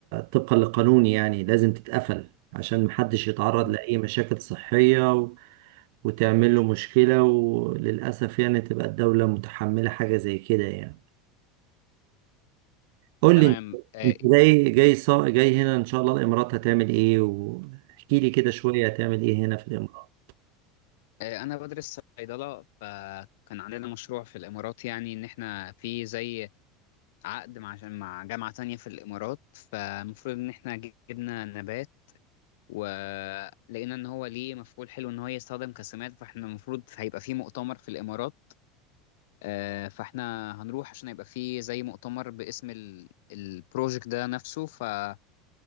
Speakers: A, on the right; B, on the left.
A: طبقا للقانون يعني لازم تتقفل عشان محدش يتعرض
B: مم.
A: لأي مشاكل صحية و- وتعمل له مشكلة وللأسف يعني تبقى الدولة متحملة حاجة زي كده يعني قول
B: تمام
A: لي أنت
B: آه
A: أنت
B: إيه؟
A: جاي جاي صا- جاي هنا إن شاء الله الإمارات هتعمل إيه واحكي لي كده شوية هتعمل إيه هنا في الإمارات
B: آه انا بدرس صيدله فكان عندنا مشروع في الامارات يعني ان احنا في زي عقد مع مع جامعه تانية في الامارات فالمفروض ان احنا جبنا نبات ولقينا ان هو ليه مفعول حلو ان هو يستخدم كسمات فاحنا المفروض هيبقى فيه مؤتمر في الامارات آه، فاحنا هنروح عشان هيبقى فيه زي مؤتمر باسم ال- البروجكت ده نفسه فهنروح